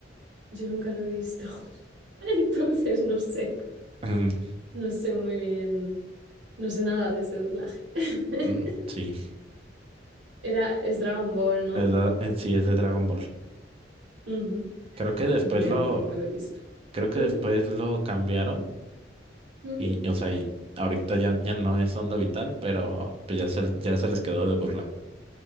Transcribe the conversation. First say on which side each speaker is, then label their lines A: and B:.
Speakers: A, on the right; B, on the right.
A: yo nunca lo he visto. <laughs> Entonces, no sé.
B: Mm,
A: No sé muy bien, no sé nada de ese doblaje. <laughs>
B: mm, Sí.
A: Era, es Dragon Ball, ¿no?
B: Es la- eh, sí, es de Dragon Ball.
A: Ujú.
B: Creo que después
A: Pues ni idea
B: lo,
A: porque nunca lo he visto.
B: creo
A: Ujú,
B: que después lo cambiaron
A: ujú.
B: y, o sea, y ahorita ya, ya no es Onda Vital, pero pues ya se, ya se les quedó de burla.